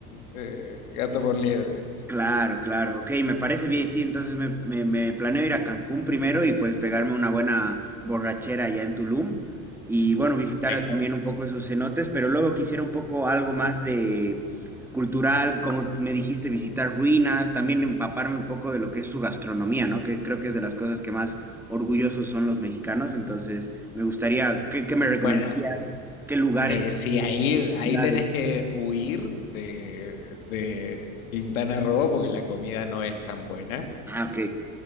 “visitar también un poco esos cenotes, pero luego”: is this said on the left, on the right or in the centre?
Centre